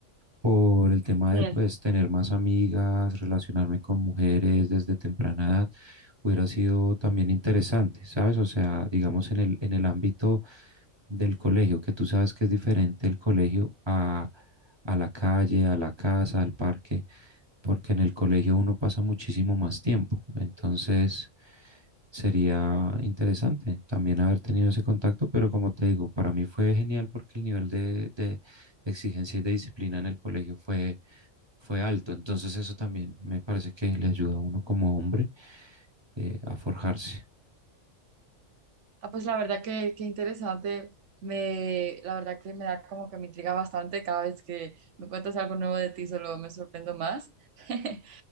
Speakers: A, on the right (about 25°); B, on the right (about 65°).
A: por el tema
B: Sí,
A: de pues tener más amigas, relacionarme con mujeres desde temprana edad, hubiera sido también interesante, ¿sabes? O sea, digamos en el, en el ámbito del colegio, que tú sabes que es diferente el colegio a, a la calle, a la casa, al parque, porque en el colegio uno pasa muchísimo más tiempo. Entonces, sería interesante también haber tenido ese contacto, pero como te digo, para mí fue genial porque el nivel de, de exigencia y de disciplina en el colegio fue, fue alto. Entonces eso también me parece que le ayuda a uno como hombre eh, a forjarse.
B: Ah, pues la verdad que, que interesante. Me, la verdad que me da como que me intriga bastante cada vez que me cuentas algo nuevo de ti, solo me sorprendo más. <laughs>